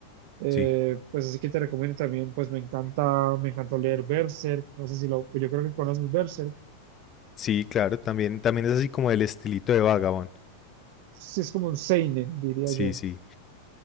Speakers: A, on the right; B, on the left.
A: Eh,
B: sí.
A: pues así que te recomiendo también, pues me encanta, me encantó leer Berserk, no sé si lo, pues yo creo que conoces Berserk,
B: Sí, claro, también también es así como el estilito de Vagabond.
A: sí es como un seinen, diría
B: Sí,
A: yo.
B: sí.